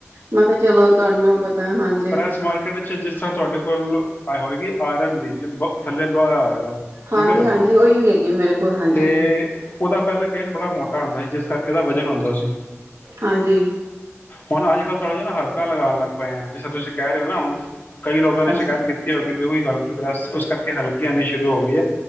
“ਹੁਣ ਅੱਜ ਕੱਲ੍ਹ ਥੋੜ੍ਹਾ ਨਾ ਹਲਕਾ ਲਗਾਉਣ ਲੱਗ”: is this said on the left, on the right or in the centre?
Left